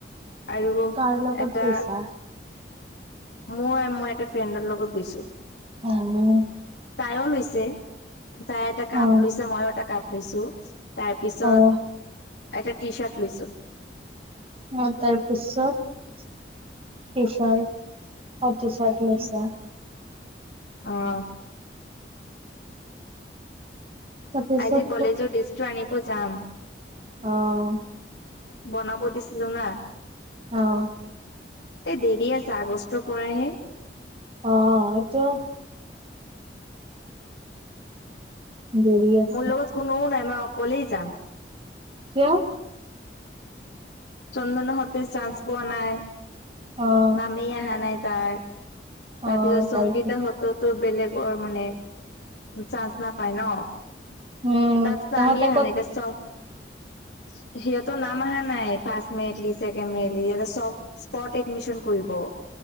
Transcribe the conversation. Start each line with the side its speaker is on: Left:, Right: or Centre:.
Left: আৰু
Right: কাৰ লগত
Left: এটা
Right: গৈছা
Left: মই আৰু মই এটা ফ্ৰেণ্ডৰ লগত গৈছো।
Right: জানো
Left: তাইয় লৈছে তাইে এটা
Right: অ',
Left: কাপ লৈছে মইও এটা কাপ <unintelligible> তাৰপিছত
Right: অ',
Left: এটা টি শাৰ্ট লৈছো
Right: অঁ তাৰপিছত টি চাৰ্ট টি চাৰ্ট লৈচা
Left: অঁ
Right: তাৰপিছত
Left: আজি কলেজৰ লিষ্টটো আনিব যাম
Right: আঁহ
Left: বনপতি না
Right: অ',
Left: এ দেৰি আছে আগষ্টৰ পৰাহে
Right: অঁ এইটো দেৰি আছে,
Left: মোৰ লগত কোনোওঁ নাই মই অকলেই যাম
Right: কিয়
Left: চন্দনে হাতে চান্স পোৱা নাই।
Right: অ',
Left: নামেই আহা নাই। তাৰ তাৰপিছত
Right: অ',
Left: সংগীতা
Right: তাৰপি
Left: হত তো বেলেগৰ, মানে চাঞ্চ নাপায় ন,
Right: উম,
Left: তাত এতিয়া
Right: তাহাঁতে
Left: আমি অহা
Right: ক'ত
Left: নাই এতিয়া চ সিহঁতৰ নাম অহা নাই, first merit list, second merit list ইয়াতে স্পট এডমিশন কৰিব।